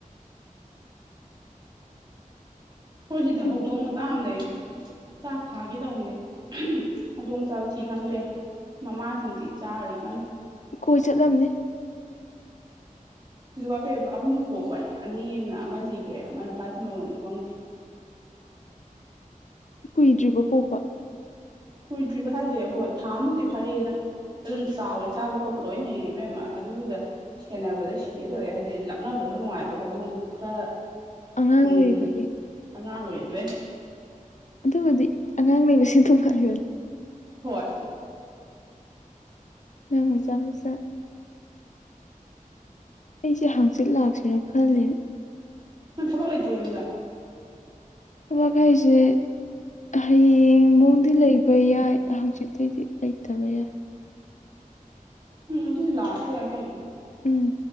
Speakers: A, on the right; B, on the left.
A: ꯑꯩꯈꯣꯏ ꯁꯤꯗ
B: ꯌꯥꯝ
A: ꯍꯧꯗꯣꯡ ꯃꯆꯥ ꯑꯃ ꯂꯩ ꯆꯥꯛ ꯊꯥꯒꯗꯧꯕꯅꯦ ꯍꯧꯗꯣꯡ ꯃꯆꯥꯗꯣ ꯊꯤ ꯈꯪꯗ꯭ꯔꯦ ꯃꯃꯥ ꯗꯤ ꯆꯥꯔꯤ ꯀ
B: ꯀꯣꯏ ꯆꯠꯂꯝꯅꯦ
A: ꯁꯤꯗꯨ ꯋꯥꯄꯦ ꯑꯍꯨꯝ ꯊꯣꯛꯄ ꯑꯅꯤ ꯑꯃꯅ ꯑꯃ ꯁꯤꯈ꯭ꯔꯦ ꯑꯃꯅ ꯀꯥꯏ ꯊꯝꯃꯝꯃꯝꯗꯣ ꯈꯪꯗꯦ
B: ꯀꯨꯏꯗ꯭ꯔꯤꯕ ꯄꯣꯛꯄ
A: ꯀꯨꯏꯗ꯭ꯔꯤꯕ ꯍꯥꯏꯁꯦ ꯍꯣꯏ ꯊꯥ ꯃꯨꯛꯇꯤ ꯐꯔꯛꯑꯦꯗ ꯑꯗꯨꯝ ꯆꯥꯎꯔꯦ ꯆꯥꯕ ꯈꯣꯠꯄ ꯂꯣꯏꯅ ꯍꯩꯔꯦꯕꯦꯝꯃ ꯑꯗꯨꯗ ꯁꯦꯟꯅꯕꯗ ꯁꯤꯒꯦꯗꯧꯔꯦ ꯍꯥꯏꯗꯤ ꯂꯛꯅꯕꯁꯨ ꯅꯨꯡꯉꯥꯏꯕ ꯍꯧꯗꯣꯡꯗꯨ ꯈꯔ
B: ꯑꯉꯥꯡ
A: ꯎꯝ
B: ꯑꯣꯏꯔꯤꯕꯒꯤ
A: ꯑꯉꯥꯡ ꯑꯣꯏꯔꯤꯕꯩ
B: ꯑꯗꯨꯕꯨꯗꯤ ꯑꯉꯥꯡ ꯂꯩꯕ ꯁꯦ ꯅꯨꯉꯥꯏꯕꯅꯦ꯫
A: ꯍꯣꯏ
B: ꯃꯖꯁ ꯑꯩꯁꯦ ꯍꯥꯡꯆꯤꯠ ꯂꯥꯛꯁꯤꯔꯥ ꯈꯜꯂꯦꯅꯦ
A: ꯅꯪ ꯊꯕꯛ ꯂꯩꯇ꯭ꯔꯣ ꯌꯨꯝꯗ
B: ꯊꯕꯛ ꯍꯥꯏꯁꯦ ꯍꯌꯦꯡꯕꯣꯡꯗꯤ ꯂꯩꯕ ꯌꯥꯏ ꯍꯪꯆꯤꯠꯇꯤꯗꯤ ꯂꯩꯇꯕ ꯌꯥꯏ
A: ꯎꯝ ꯑꯗꯨꯗꯤ ꯂꯥꯛꯑꯁꯨ ꯌꯥꯏ ꯀꯩꯅꯣ
B: ꯎꯝ